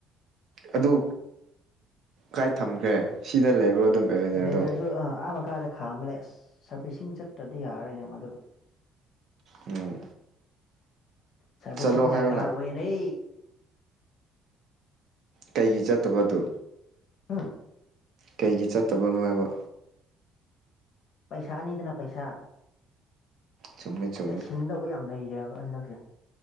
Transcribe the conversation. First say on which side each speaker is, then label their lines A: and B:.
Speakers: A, on the right; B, on the left.
A: ꯑꯗꯨ ꯀꯥꯏ ꯊꯝꯈ꯭ꯔꯦ ꯁꯤꯗ ꯂꯩꯕ꯭ꯔꯣ ꯑꯗꯨꯝ
B: <unintelligible>
A: ꯑꯦꯚꯦꯟꯖꯔꯗꯣ
B: ꯈꯥꯝꯂꯦ ꯑꯁ ꯁꯔꯕꯤꯁꯤꯡ ꯆꯠꯇ꯭ꯔꯗꯤ ꯌꯥꯔꯣꯏꯅꯦ ꯃꯗꯨꯗꯣ
A: ꯎꯝ
B: ꯁꯥꯔꯕꯤꯁꯤꯡ
A: ꯆꯠꯂꯣ ꯍꯥꯏꯌꯣꯅ
B: ꯗꯔꯀꯥꯔ ꯑꯣꯏꯔꯦ
A: ꯀꯩꯒꯤ ꯆꯠꯇꯕꯗꯨ
B: ꯍꯥꯥ
A: ꯀꯩꯒꯤ ꯆꯠꯇꯕꯅꯣ ꯍꯥꯏꯕ
B: ꯄꯩꯁꯥꯅꯤꯗꯅ ꯄꯩꯁꯥ
A: ꯆꯨꯝꯃꯦ ꯆꯨꯝꯃꯦ
B: ꯌꯥꯁꯤꯟꯗꯧꯕ ꯌꯥꯝ ꯂꯩꯔꯦꯕ ꯍꯟꯗꯛꯁꯦ